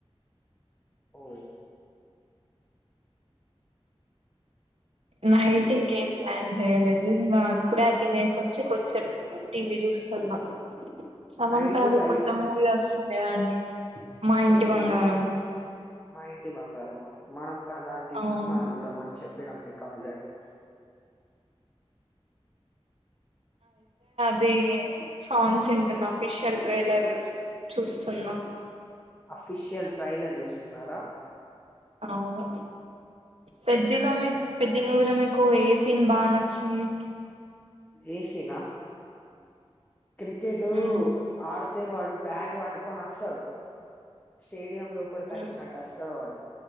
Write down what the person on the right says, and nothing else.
నైట్ ఇంకేం ప్లాన్ చేయలేదు ఇంకా ఇపుడే తినేసి వచ్చి కొద్దిసేపు టీవీ చూసి చ్చుస్తున్నా సమంత
ది
కొత్త మూవీ వస్తుంది కదండీ మా ఇంటి
బంగారం
అవును
ఇది సాంగ్స్ వింటున్న ఆఫీషీయల్ ట్రైలర్ చూస్తున్నా
అవును పెద్దిలో మీక్ పెద్ది మూవీలో మీకు ఏ సీన్ బాగా నచ్చింది
ఉమ్
ఉమ్